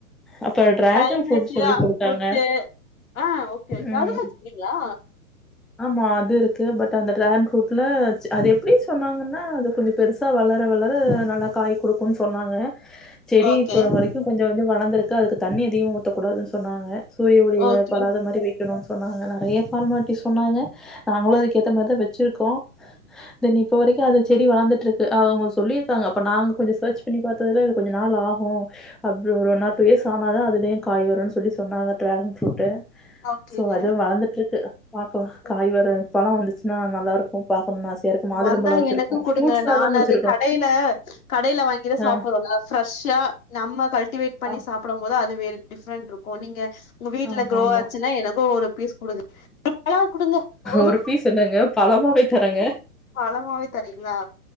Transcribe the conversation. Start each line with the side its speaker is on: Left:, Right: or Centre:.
Centre: அப்ப டிராகன்
Left: கிளைமேட்டு
Centre: ஃப்ரூட் சொல்லி
Left: தா
Centre: குடுத்தாங்க
Left: ஃபுட்டு அ ஓகே ஓகே
Centre: ம்
Left: அதுல்லா வச்சிருக்கீங்களா
Centre: ஆமா அது இருக்கு பட் அந்த டிரான் ஃப்ரூட்ல அது எப்பிடி சொன்னாங்கன்னா அது கொஞ்சம் பெருசா வளர வளர நல்லா காய் குடுக்குன் சொன்னாங்க செடி
Left: ஓகே
Centre: இப்போ வரைக்கு கொஞ்ச கொஞ்ச வளந்துருக்கு அதுக்கு தண்ணி அதிகமா ஊத்தகூடாதுன் சொன்னாங்க சூரிய ஒளில
Left: ஓகே.
Centre: படாத மாரி வைக்கணுனு சொன்னாங்க நெறைய ஃபார்மாலிட்டி சொன்னாங்க நாங்களு
Left: அ
Centre: அதுக்க ஏத்த மாரிதா வச்சிருக்கோ தென் இப்ப வரைக்கும் அந்த செடி வளதுட்டு இருக்கு அ அவங்க சொல்லிருக்காங்க அப்ப நாங்க கொஞ்சம் சர்ச் பண்ணி பாத் துல இது கொஞ்ச நாள் ஆகு அப்ப ஒரு ஒன்னார் டூ இயர்ஸ் ஆனாத அதுலய காய் வருனு சொல்லி சொன்னாங்க டிராகன் ஃப்ரூடு
Left: ஓகேங்க.
Centre: சோ அதுவு வளந்துட்டு இருக்கு பாக்கலா
Left: ம்.
Centre: காய் வர பழ வந்துச்சுன்னா நல்லா இருக்கு பாக்கணுன்னு ஆசையா இருக்கு மாதுளம்பழோ
Left: வந்தா
Centre: வச்சிருக்கோ
Left: எனக்கு குடுங்க
Centre: ஃப்ரூட்ஸா
Left: நான்
Centre: தாங்க
Left: அத
Centre: வச்சிருக்கோ
Left: கடைல கடைல வாங்கி தா சாப்புறோ
Centre: ஆ
Left: ஃப்ரெஷ்ஷா நம்ம கல்டிவேட் பண்ணி
Centre: ஆ
Left: சாப்புடும் போது அது வேற டிஃப்ரெண்ட் இருக்கு நீங்க உங்க வீட்ல
Centre: ஆமா
Left: குரோவ்
Centre: ஆமா
Left: ஆச்சுன்னா எனக்கு ஒரு பீஸ் குடுங்க ஒரு பழம் குடுங்க போது
Centre: ஒரு பீஸ் என்னங்க பழமாவே தறங்க
Left: பழமாவே தரீங்ளா